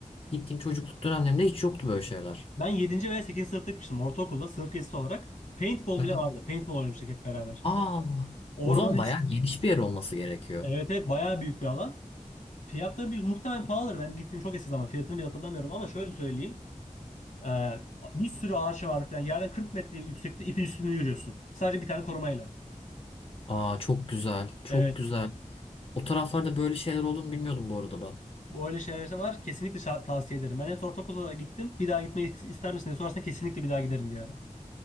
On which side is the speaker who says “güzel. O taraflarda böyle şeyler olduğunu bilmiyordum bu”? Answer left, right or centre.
Left